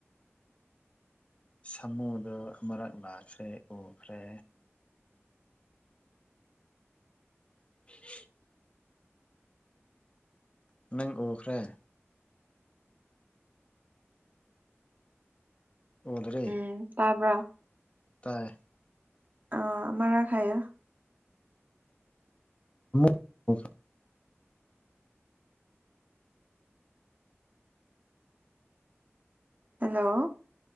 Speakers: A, on the left (about 25°); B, on the right (about 40°).
A: ꯁꯥꯃꯨꯗꯣ ꯑꯃꯔꯛ ꯂ ꯥꯛꯈ꯭ꯔꯦ ꯎꯈ꯭ꯔꯦ <unintelligible> ꯅꯪ ꯎꯈ꯭ꯔꯦ ꯎꯗ꯭ꯔꯤ
B: ꯎ ꯇꯥꯕ꯭ꯔꯥ
A: ꯇꯥꯏꯌꯦ
B: ꯑ ꯑꯃꯔꯥꯛ ꯍꯥꯏꯌꯣ
A: <unintelligible>
B: ꯍꯜꯂꯣ